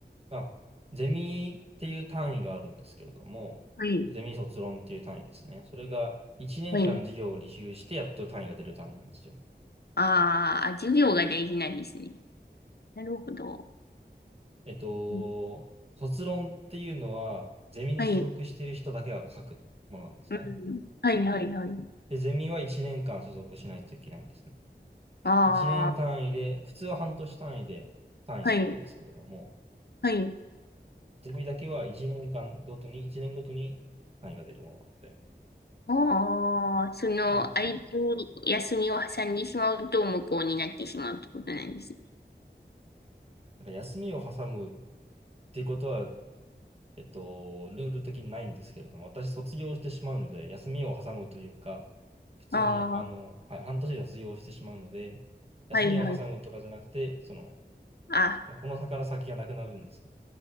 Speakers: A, on the right; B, on the left.
A: あ、ゼミっていう単位があるんですけれども、
B: はい。
A: ゼミ卒論っていう単位ですね。それが1年間授業を履修してやっと単位が出る単位なんですよ。
B: はい。あーあ、授業が大事なんですね。なるほど。
A: えっと、
B: うん
A: 卒論っていうのは、ゼミに所属している人だけが書くものなんですね。
B: はい。うん。はいはいはい。
A: で、ゼミは1年間所属しないといけないんですね。
B: ああ、
A: 1年単位で、普通は半年単位で単位が出るんですけれども、
B: はい、はい。
A: ゼミだけは1年間ごとに、1年ごとに単位が出るものなので、
B: ああ、その、
A: そうですね。
B: 間に休みを挟んでしまうと無効になってしまうってことなんですね。
A: なんか休みを挟むっていうことは、えっと、ルール的にないんですけれども、私卒業してしまうので、休みを挟むというか、普通に、
B: ああ、
A: あの、はい、半年で卒業してしまうので、休みを挟むとかじゃなくて、
B: はい、はい。
A: その、
B: あ、
A: もうこの差から先がなくなるんですね。